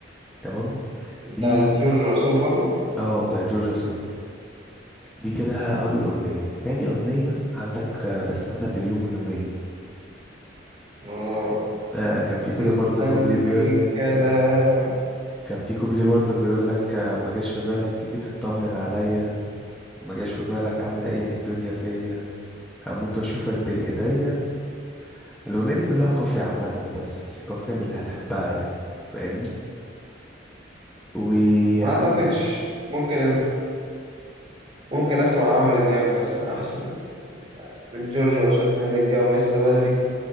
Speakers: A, in the centre; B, on the right (about 30°).
A: تمام
B: بتاعت
A: دي
B: جورج وسوف برضو
A: اه بتاع جورجيا سوف دي كده ها، اول اغنيه تاني اغنيه عندك آه، بستنى باليوم واليومين
B: اه
A: آه كان في
B: مستني
A: كده برضو كوبليه بيقول لك
B: كلامك
A: آه كان في كوبليه برضو بيقول لك آه ما جاش في بالك تيجي تطمن عليا ما جاش في بالك عامله ايه الدنيا فيا هموت واشوفك بين ايديا الاغنيه دي كلها قافيه عامه بس قافيه من اللي هتحبها يعني فاهمني وعندك
B: ما أعتقدش ممكن ممكن أسمع عمرو دياب مثلا أحسن من جورج وسوف لأن الجو لسه بدري